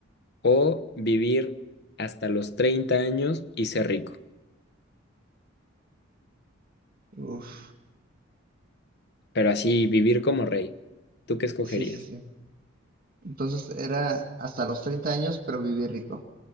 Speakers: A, on the left; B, on the right.
A: o vivir hasta los 30 años y ser rico?
B: uf,
A: Pero así, vivir como rey. ¿Tú qué escogerías?
B: sí, sí, sí. Entonces era hasta los 30 años, pero viví rico.